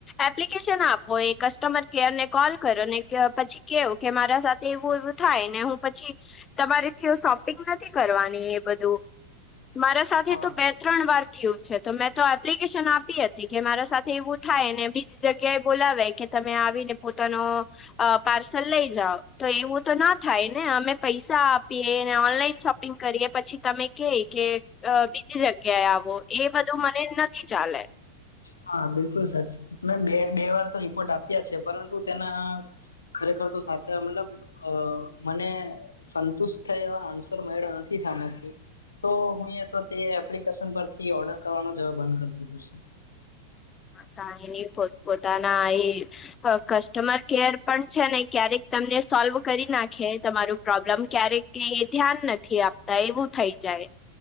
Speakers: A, on the left; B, on the left.
A: એપ્લિકેશન આપો એ કસ્ટમર કેર ને કોલ કરો અને પછી કેવું કે મારા સાથે એવું એું થાય ને હું પછી તમારીથી સોપિંગ નથી કરવાની એ બધું મારા સાથે
B: હા
A: તો બે ત્રણ વાર થયું છે તો મેં તો એપ્લિકેશન આપી હતી કે મારા સાથે એવું થાય ને બીજી જગ્યાએ બોલાવે કે તમે આવીને પોતાનો અ પાર્સલ લઈ જાાવ તો એવું તો ના થાય ને અમે પૈસા આપીએ ને ઓનલાઈન શોપ કરીએ પછી તમે કે કે બ જગ્યાએ આવો એ બધું મને નથી ચાલે
B: હા બિલકુલ સાચી મેં બે બે વાર તો રિપોર્ટ આપ્યા છે પરંતુ તેના ખરેખર તો સાચા મતલબ અ મને સંતુષ્ટ થાય એવા આન્સર મળ્યા નથી સામેથી તો હું એ તો તે એપ્લિકેશન પરથી ઓર્ડર કરવાનો જ બંધ કરી દીધું છે
A: હા કઈની પો પોતાના એ કસ્ટમર કેર પણ છે ને ક્યારેક તમને સોલ્વ કરી નાખે તમારું પ્રોબ્લમ ક્યારેક એ ધ્યાન નથી આપતા એવું થઈ જાય